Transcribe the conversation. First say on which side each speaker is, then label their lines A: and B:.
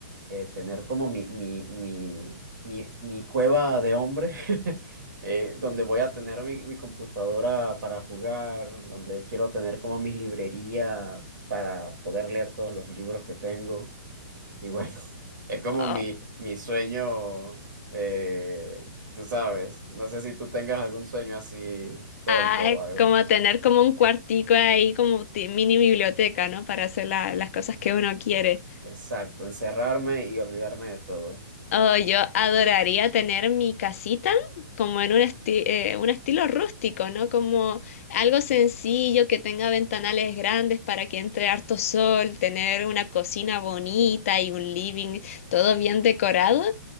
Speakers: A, on the right; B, on the left.
A: eh, tener como mi, mi, mi, mi, mi cueva de hombre, <laughs> eh, donde voy a tener mi, mi computadora para jugar, donde quiero tener como mi librería para poder leer todos los libros que tengo. Y bueno, <laughs> es como
B: Oh,
A: mi, mi sueño, eh, tú sabes, no sé si tú tengas algún sueño así tonto
B: ay,
A: o algo.
B: como tener como un cuartico ahí, como ti- mini biblioteca, ¿no? Para hacer la- las cosas que uno quiere.
A: Exacto, encerrarme y olvidarme de todo.
B: Oh, yo adoraría tener mi casita como en un, esti- eh, un estilo rústico, ¿no? Como algo sencillo que tenga ventanales grandes para que entre harto sol, tener una cocina bonita y un living todo bien decorado